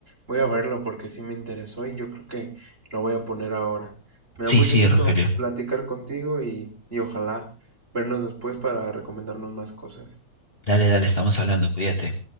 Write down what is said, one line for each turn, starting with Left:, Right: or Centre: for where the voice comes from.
Right: Voy a verlo porque sí me interesó y yo creo que lo voy a poner ahora. Me da
Left: Sí,
Right: mucho
Left: sí,
Right: Sí, gusto
Left: Rogelio.
Right: platicar contigo y, y ojalá vernos después para recomendarnos más cosas.
Left: Dale, dale, estamos hablando, cuídate.